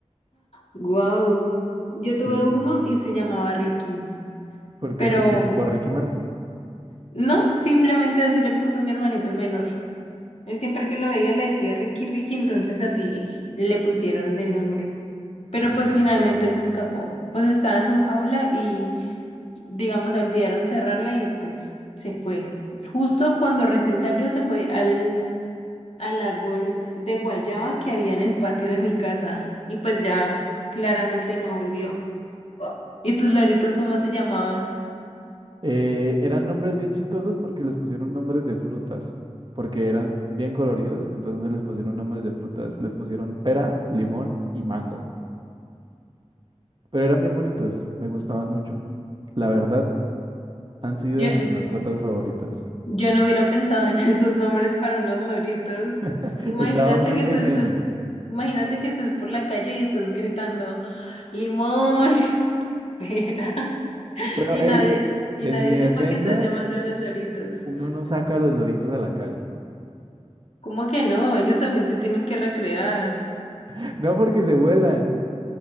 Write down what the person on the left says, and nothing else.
Wow. Yo tuve
uno y se llamaba Ricky.
Pero
no, simplemente así le puso mi hermanito menor. Él siempre que lo veía le decía Ricky, Ricky, entonces así le pusieron de nombre. Pero
pues finalmente se escapó. Pues estaba en su jaula y, digamos, se olvidaron cerrarla y pues se fue. Justo cuando recién salió, se fue al, al árbol de guayaba que había en el patio de mi casa. Y pues ya claramente no volvió. ¿Y tus loritos cómo se llamaban?
Yo,
Yo no hubiera pensado en <laughs> esos nombres para unos loritos.
Imagínate
que
tú estés, imagínate que estés por la calle y estés gritando limón, <laughs> pera,
y
nadie, y
nadie
sepa que estás llamando a los loritos.
¿Cómo que no? Ellos también se tienen que recrear.